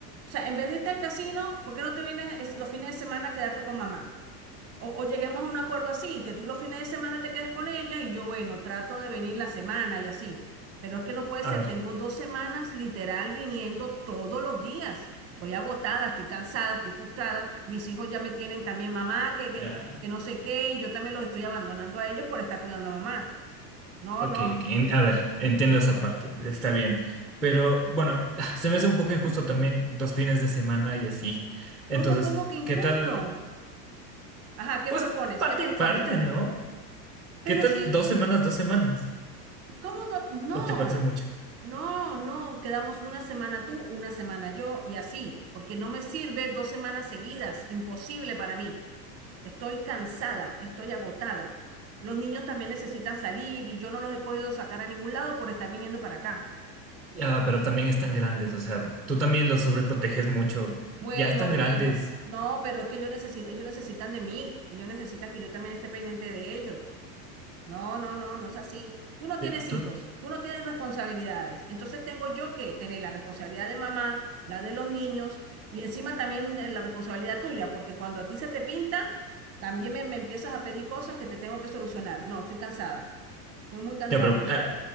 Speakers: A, on the right (about 30°); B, in the centre.
A: O sea, en vez de irte al casino, ¿por qué no te vienes es- los fines de semana a quedarte con mamá? O, o lleguemos a un acuerdo así, que tú los fines de semana te quedes con ella y yo, bueno, trato de venir la semana y así. Pero es que no puede
B: a
A: ser,
B: ver,
A: tengo dos semanas literal viniendo todos los días. Estoy agotada, estoy cansada, estoy frustrada. Mis hijos ya me tienen también mamá, que, que,
B: ya,
A: que no sé qué, y yo también los estoy abandonando a ellos por estar cuidando a mamá. No,
B: ok,
A: no.
B: ok, en- a ver, entiendo esa parte, está bien. Pero bueno, <laughs> <sighs> se me hace un poco injusto también dos fines de semana y así. Entonces,
A: ¿Cómo, cómo que injusto?
B: ¿qué tal?
A: Ajá, ¿qué
B: Pues
A: propones?
B: parte
A: ¿Qué propones?
B: y parte,
A: A ver.
B: ¿no?
A: Pero
B: ¿Qué tal
A: sí,
B: dos semanas, dos semanas?
A: ¿cómo? do- No.
B: ¿O te parece mucho?
A: No, no, quedamos una semana tú, una semana yo y así, porque no me sirve dos semanas seguidas, imposible para mí. Estoy cansada, estoy agotada. Los niños también necesitan salir y yo no los he podido sacar a ningún lado por estar viniendo para acá.
B: Ya, pero también están grandes, o sea, tú también los sobreproteges mucho.
A: Bueno,
B: Ya están
A: bueno,
B: grandes.
A: no, pero es que yo necesi- ellos necesitan de mí, ellos necesitan que yo también esté pendiente de ellos. No, no, no, no es así. Tú no tienes
B: Eh, Tú,
A: hijos, tú no tienes responsabilidades. Entonces tengo yo que tener la responsabilidad de mamá, la de los niños y encima también de la responsabilidad tuya, porque cuando a ti se te pinta, también me, me empiezas a pedir cosas que te tengo que solucionar. No, estoy cansada, estoy muy cansada.
B: ya, pero, ah,